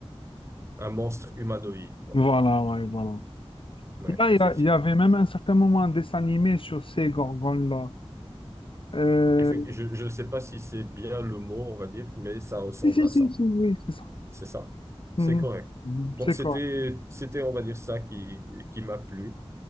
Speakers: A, on the right; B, on the left.
A: un monstre humanoïde, quoi.
B: Voilà, ouais, voilà.
A: Ouais,
B: Il y, a-
A: effectivement.
B: il y a- il y avait même un certain moment un dessin animé sur ces gorgones-là. Euh,
A: Effect- Je ne sais pas si c'est bien le mot, on va dire, mais ça ressemble
B: Si, si,
A: à
B: si,
A: ça.
B: si, oui, c'est ça.
A: C'est ça. C'est
B: Mhm.
A: correct.
B: Mhm,
A: Donc,
B: C'est
A: c'était,
B: quoi?
A: c'était, on va dire, ça qui, qui m'a plu.